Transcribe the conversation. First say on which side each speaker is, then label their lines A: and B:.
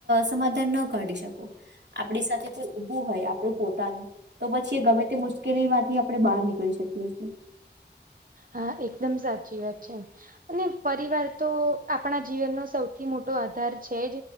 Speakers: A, on the right; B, on the right.
A: સમાધાન ન કાઢી શક કો આપણી સાથે કોઈ ઉભું હોય આપ પણું પોતાનું તો પછી એ ગમે તે મુશ્કેલીમાંથી આપણે બહાર નીકળી શકીએ છીએ.
B: હા એકદમ સાચી વાત છે. અને પરિવાર તો આપણા જીવનનો સૌથી મોટો આધાર છે જ.